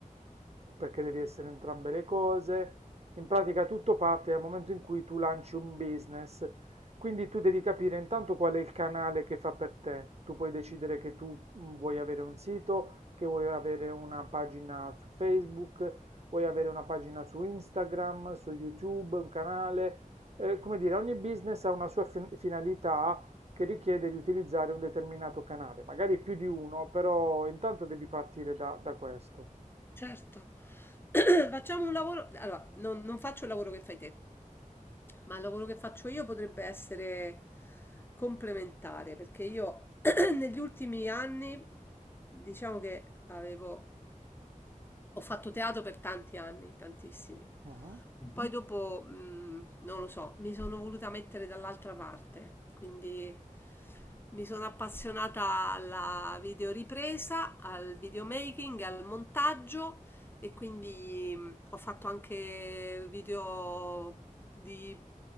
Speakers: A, on the right; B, on the left.
A: perché devi essere entrambe le cose. In pratica tutto parte dal momento in cui tu lanci un business, quindi tu devi capire intanto qual è il canale che fa per te. Tu puoi decidere che tu mm, vuoi avere un sito, che vuoi avere una pagina su Facebook, vuoi avere una pagina su Instagram, su YouTube, un canale. Eh, come dire, ogni business ha una sua fin- finalità che richiede di utilizzare un determinato canale, magari più di uno, però intanto devi partire da, da questo.
B: certo. <clears throat> Facciamo un lavoro. Allora, non, non faccio il lavoro che fai te, ma il lavoro che faccio io potrebbe essere complementare, perché io <clears throat> negli ultimi anni diciamo che avevo Ho fatto teatro per tanti anni, tantissimi.
A: Mhm.
B: Poi Mhm. dopo, mh, non lo so, mi sono voluta mettere dall'altra parte, quindi mi sono appassionata alla videoripresa, al videomaking, al montaggio e quindi mh, ho fatto anche video di